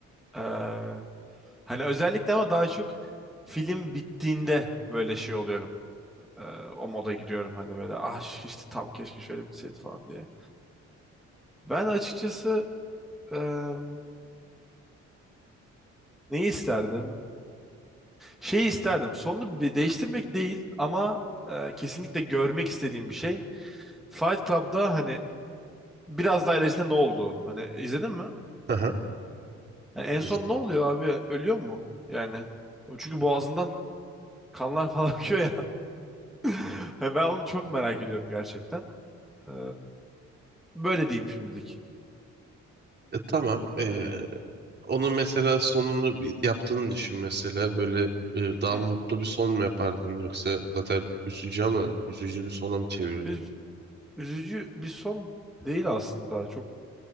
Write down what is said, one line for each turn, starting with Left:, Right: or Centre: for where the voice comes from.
Centre: Eee, hani özellikle ama daha çok film bittiğinde böyle şey oluyorum. Eee, o moda giriyorum hani böyle ah işte tam keşke şöyle bitseydi falan diye. Ben açıkçası eee, neyi isterdim? Şeyi isterdim. Sonunu bir değiştirmek değil ama e, kesinlikle görmek istediğim bir şey. Fight Club'da hani biraz daha ilerisinde ne oldu? Hani izledin mi?
Right: Hı hı.
Centre: Yani en
Right: Güzel.
Centre: son ne oluyor abi? Ölüyor mu? Yani çünkü boğazından kanlar falan <laughs> akıyor ya. <laughs> Hani ben onu çok merak ediyorum gerçekten. Ee, böyle diyeyim şimdilik.
Right: E, tamam. Ee, Onun mesela sonunu bir- yaptığını düşün mesela böyle e, daha
Centre: Hı hı.
Right: mutlu bir son mu yapardın yoksa zaten üzücü ama üzücü bir sona mı çevirirdin?
Centre: Üz- üzücü bir son değil aslında. Çok